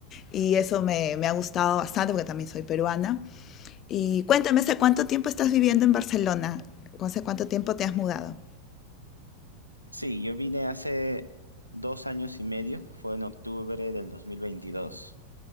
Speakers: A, on the left; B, on the right.
A: y eso me, me, ha gustado bastante porque también soy peruana. Y cuéntame, ¿hace cuánto tiempo estás viviendo en Barcelona? ¿Hace cuánto tiempo te has mudado?
B: Sí, yo vine hace dos años y medio, fue en octubre del dos mil veintidós